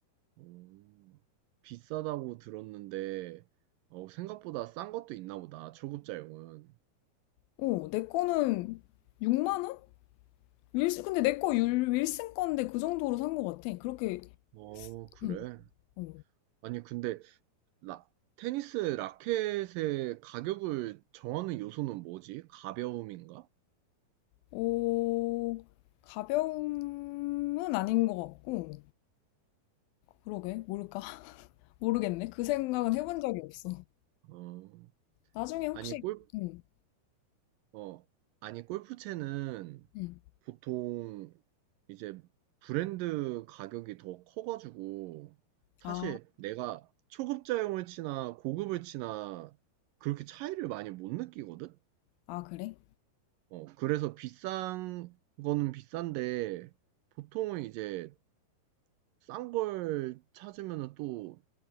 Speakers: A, on the right (about 80°); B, on the left (about 80°).
A: 음, 비싸다고 들었는데, 어, 생각보다 싼 것도 있나 보다, 초급자용은.
B: 어, 내 거는 6만 원? 윌슨, 근데 내 거 윌슨 건데 그 정도로 산거 같아. 그렇게,
A: 어, 그래?
B: 응. 어.
A: 아니, 근데, 라, 테니스 라켓의 가격을 정하는 요소는 뭐지? 가벼움인가?
B: 오, 가벼움은 아닌 것 같고, 그러게, 모를까? <laughs> 모르겠네. 그 생각은 해본 적이 없어.
A: 어,
B: 나중에 혹시,
A: 아니, 골,
B: 응,
A: 어, 아니, 골프채는
B: 응.
A: 보통 이제 브랜드 가격이 더 커가지고, 사실
B: 아,
A: 내가 초급자용을 치나 고급을 치나 그렇게 차이를 많이 못 느끼거든?
B: 아, 그래?
A: 어, 그래서 비싼 거는 비싼데, 보통은 이제 싼 걸 찾으면 또